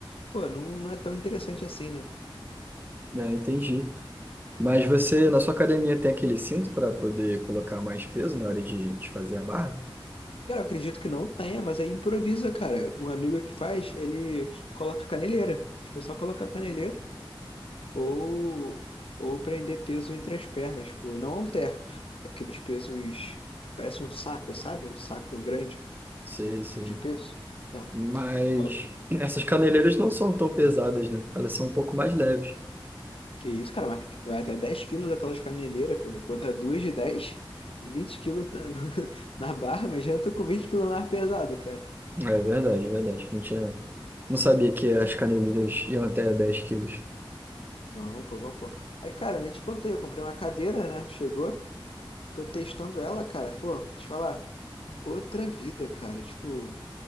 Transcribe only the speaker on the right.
É, entendi. Mas você, na sua academia, tem aquele cinto para poder colocar mais peso na hora de, de fazer a barra?
Sim,
sim.
Mas
essas caneleiras não são tão pesadas, né? Elas são um pouco mais leves.
É verdade, verdade. Não tinha... não sabia que as caneleiras iam até 10 quilos.